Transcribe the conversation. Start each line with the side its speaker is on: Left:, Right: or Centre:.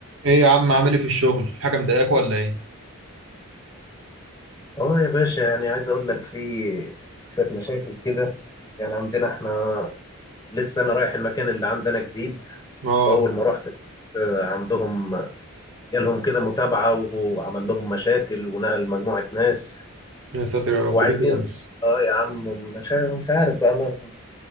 Right: ايه يا عم عامل ايه في الشغل في حاجه مضايقاك ولا ايه
Left: اه يا باشا يعني عايز اقول لك في شوية مشاكل كده يعني عندنا احنا لسه انا رايح المكان اللي عندنا جديد
Right: اه
Left: اول ما رحت آه، عندهم جالهم كده متابعة وعمل لهم مشاكل ونقل مجموعة ناس
Right: يا ساتر يا رب
Left: وعايزين
Right: ليه كده بس
Left: اه يا عم مش عارف مش عارف بقى من